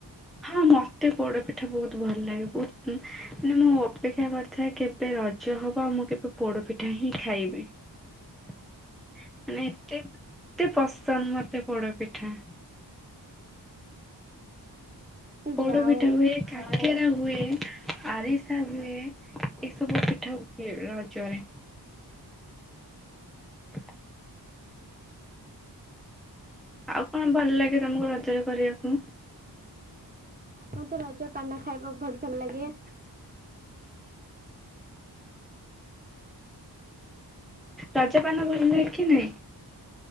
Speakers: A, in the centre; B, on the right (about 20°).
A: ହଁ ମତେ ପୋଡପିଠା ବହୁତ ଭଲ ଲାଗେ ବହୁତ ମାନେ ମୁଁ ଅପେକ୍ଷା କରିଥାଏ କେବ୍ କେବେ ରଜ ହବ ଆଉ ମୁଁ କେବେ ପୋଡପିଠା ହିଁ ଖାଇବି। ମାନେ ଏତେ ଏତେ ପସନ୍ଦ ମତେ ପୋଡ ପିଠା। ପୋଡ
B: ଯାଉ
A: ପିଠା ହୁଏ, କାଙ୍କେରା ହୁଏ, ଆରିସା ହୁଏ। ଏ ସବୁ ପିଠା ରଜରେ ହ। ଆଉ କଣ ଭଲ ଲାଗେ ତମକୁ ରଜରେ କରିବାକୁ।
B: ମତେ ରଜ ପାନ ଖାଇବାକୁ ବହୁତ ଭଲ ଲାଗେ।
A: ରଜାପାନ ଭଲ କି ନାଇଁ?